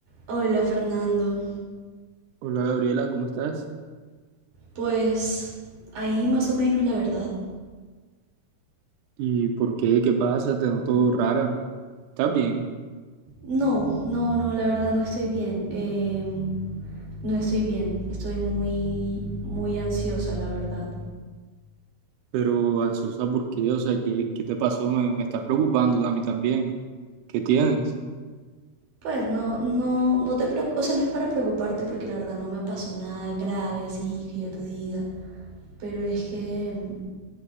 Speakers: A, on the right; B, on the right.
A: Hola Fernando,
B: Hola Gabriela, ¿cómo estás?
A: pues ahí más o menos la verdad.
B: ¿Y por qué? ¿Qué pasa? Te noto rara. ¿Estás bien?
A: No, no, no, la verdad no estoy bien. eh, no estoy bien, estoy muy, muy ansiosa, la verdad.
B: Pero ansiosa, ¿por qué? O sea, ¿qué, qué te pasó? Me, me estás preocupando a mí también. ¿Qué tienes?
A: Pues no, no, no te preocupes, o sea, no es para preocuparte porque la verdad no me pasó nada grave así que yo te diga, pero es que mm,